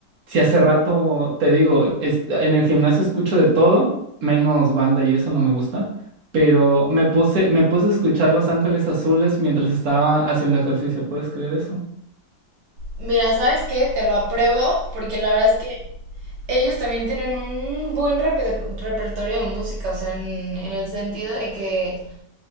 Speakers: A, on the right (about 55°); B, on the right (about 70°).
A: si hace rato te digo, es- en el gimnasio escucho de todo, menos banda y eso no me gusta, pero me puse, me puse a escuchar Los Ángeles Azules mientras estaba haciendo ejercicio. ¿Puedes creer eso?
B: Mira, ¿sabes qué? Te lo apruebo porque la verdad es que ellos también tienen un buen reper- repertorio de música, o sea, en, en el sentido de que